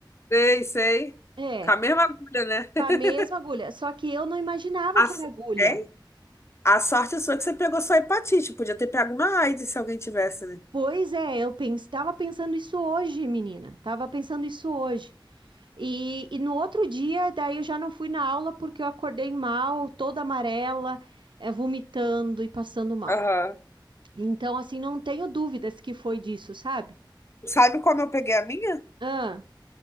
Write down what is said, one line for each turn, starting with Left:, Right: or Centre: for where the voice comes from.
Left: Sei, sei.
Right: É,
Left: Com a mesma agulha, né? <laughs>
Right: Com a mesma agulha. Só que eu não imaginava
Left: A,
Right: que
Left: s-
Right: era agulha.
Left: é? A sorte sua é que você pegou só hepatite. Podia ter pego uma AIDS se alguém tivesse, né?
Right: Pois é, eu estava pensando isso hoje, menina. Tava pensando isso hoje. E, e no outro dia, daí eu já não fui na aula porque eu acordei mal, toda amarela, eh, vomitando e passando mal.
Left: Aham.
Right: Então, assim, não tenho dúvidas que foi disso, sabe?
Left: Sabe como eu peguei a minha?
Right: Ah,